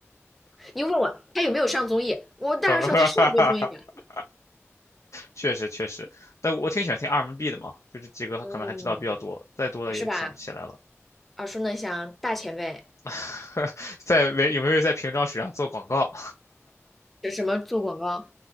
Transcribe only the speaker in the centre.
你又问我他有没有上综艺，我当然说他上过综艺啊，
嗯，
是吧？耳熟能详，大前辈，
这什么做广告？